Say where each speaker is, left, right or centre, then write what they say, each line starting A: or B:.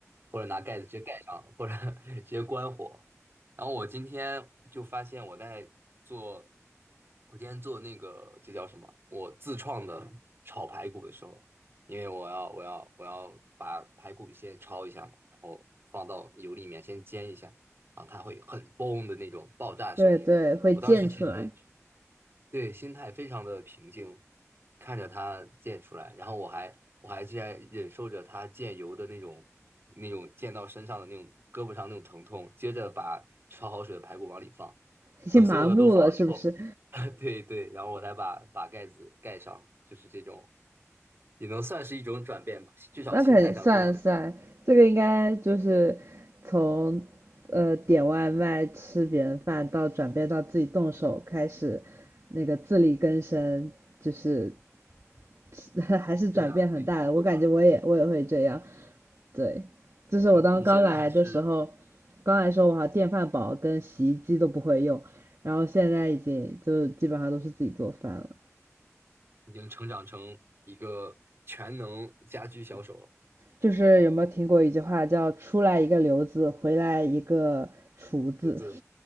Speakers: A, on the right; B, on the right.
A: 或者拿盖子直接盖上，或者 <laughs> 直接关火。然后我今天就发现我在做，我今天做那个这叫什么？我自创的炒排骨的时候。因为我要我要我要把排骨先焯一下嘛，然后放到油里面先煎一下，然后它会很嘣的那种爆炸声音。
B: 对对，会溅出来，
A: 我当时其实对心态非常的平静，看着它溅出来，然后我还我还竟然忍受着它溅油的那种那种溅到身上的那种胳膊上那种疼痛，接着把焯好水的排骨往里放，
B: 已经麻木了是不是？
A: 等所有的都放了之后，<laughs> 对对，然后我再把把盖子盖上，就是这种。也能算是一种转变吧，至少心态上真的很。
B: 那肯定算算，这个应该就是从呃点外卖吃别人饭到转变到自己动手开始，那个自力更生，就是 <laughs> 还是转变很大的。
A: 对啊，自己去做饭。
B: 我感觉我也我也会这样，对，就是我当刚来的时候，
A: 你你现在还是
B: 刚来的时候我好像电饭煲跟洗衣机都不会用，然后现在已经就基本上都是自己做饭了。
A: 已经成长成一个全能家居小手了，
B: 就是有没有听过一句话叫“出来一个刘子，回来一个厨子”？
A: 独自。